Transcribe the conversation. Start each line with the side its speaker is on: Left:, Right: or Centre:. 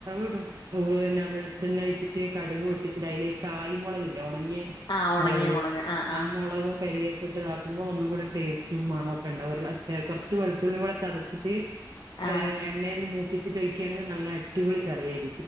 Right: ഇടും അതുപോലെ തന്നെ വെളിച്ചെണ്ണ ഒഴിച്ചിട്ട് കടുക് പൊട്ടിച്ചിട്ട് അതിലേക്ക് കായ് മുളക് ഇല്ലേ ഉണങ്ങിയ
Left: ആഹ് ഉണങ്ങിയ
Right: മുളക്
Left: ആഹ്
Right: ആ
Left: ആഹ്
Right: മുളകും കരിയെപ്പൊട്ട് ഇതാക്കുമ്പോ ഒന്നും കൂടി ടേസ്റ്റും മണോ ഒക്കെ ഉണ്ടാവ കുറച്ച് വെളുത്തുള്ളിയും കൂടെ ചതച്ചിട്ട്
Left: ആഹ്
Right: ഏയ് എണ്ണയിൽ മൂപ്പിച്ചിട്ട് ഒഴിക്കുകയാണെങ്കിൽ നല്ല അടിപൊളി കറിയായിരിക്കും